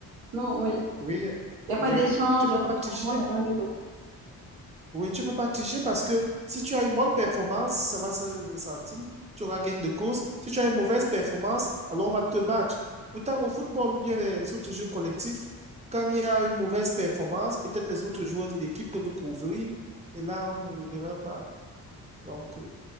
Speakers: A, on the right; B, on the right.
A: Non, oui, il
B: Oui,
A: n'y a
B: oui,
A: pas d'échange,
B: tu peux
A: il n'y a
B: pas
A: pas de
B: tricher.
A: changement, il n'y a rien du tout.
B: Oui, tu peux pas tricher parce que si tu as une bonne performance, ça va se ressentir. Tu auras gain de cause. Si tu as une mauvaise performance, alors on va te battre. Pourtant, au football ou bien les autres jeux collectifs, quand il y a une mauvaise performance, peut-être les autres joueurs de l'équipe peuvent couvrir et là, on ne le verra pas. Donc, euh,